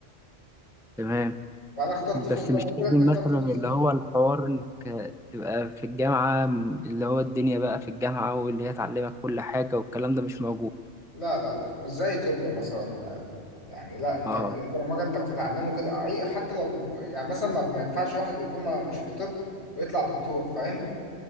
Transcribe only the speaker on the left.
فانا اخترت
فوق زي
ما قلت
لك اخترت
فوق
لا لا لا مش زي طب مثلا يعني لا انت
مجال البرمجه انت بتتعلمه كده اي حتى لو يعني مثلا ما ما ينفعش واحد يكون ما مش في طب ويطلع دكتور فاهم